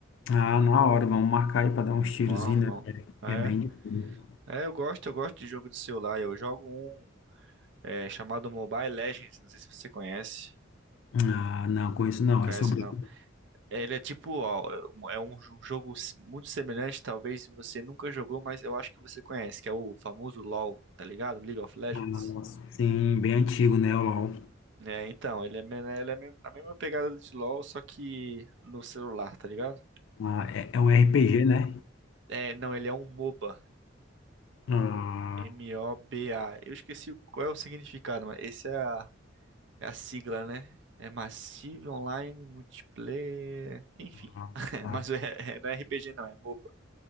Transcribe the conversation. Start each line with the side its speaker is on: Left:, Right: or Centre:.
Left: Ah, na hora, vamos marcar aí pra dar uns tirozinhos,
Right: Vamos, vamos.
Left: né? Que é
Right: É,
Left: que é bem difícil.
Right: é, eu gosto, eu gosto de jogo de celular. Eu jogo um é, chamado Mobile Legends, não sei se você conhece.
Left: Ah, não, conheço não.
Right: Não conhece,
Left: É sobre.
Right: não. É, Ele é tipo, ó, é um jo- jogo s- muito semelhante, talvez você nunca jogou, mas eu acho que você conhece, que é o famoso LoL, tá ligado? League of Legends.
Left: Ah, nossa. Sim, bem antigo, né? O LOL.
Right: É, então, ele é, me- ele é me- na mesma pegada de LoL, só que no celular, tá ligado?
Left: Ah, é, é um RPG, né?
Right: É, não, ele é um MOBA.
Left: Ah,
Right: M-O-B-A. Eu esqueci qual é o significado, mas esse é a, é a sigla, né? É Massive Online Multiplayer. Enfim.
Left: ah,
Right: <laughs>
Left: tá.
Right: Mas é, é- não é RPG, não, é MOBA.